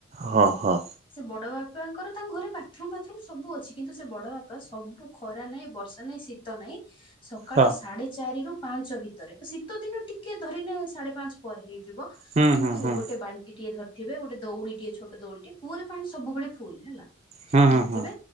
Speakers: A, on the right; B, on the left.
A: ହଁ ହଁ।
B: ସେ ବଡ ବାପାଙ୍କର ତାଙ୍କ ଘରେ ବାଥରୁମ ଫାଥରୁମ ସବୁ ଅଛି। କିନ୍ତୁ ସେ ବଡ ବାପା ସବୁ ଖରା ନାହିଁ ବର୍ଷା ନାହିଁ ଶୀତ ନାହିଁ ସକାଳ
A: ହଁ
B: ସାଢେ ଚା ଚାରି ରୁ ପାଞ୍ଚ ଭିତରେ ଶୀତ ଦିନ ଟିକେ ଧରିନେ ସାଢେ ପାଞ୍ଚ ପରେ ହେଇଯିବ
A: ହୁଁ
B: କିନ୍ତୁ
A: ହୁଁ ହୁଁ
B: ଗୋଟେ ବାଲ୍ ଟିଏ ଧରିଥିବେ ଗୋଟେ ଦୋଉଡି ଟିଏ ଛୋଟ ଦୋଉଡି ଟିଏ କୂଅରେ ପାଣି ସବୁବେଳେ ଫୁଲ୍ ହେଲା।
A: ହୁଁ
B: ଧରଥିବେ
A: ହୁଁ ହୁଁ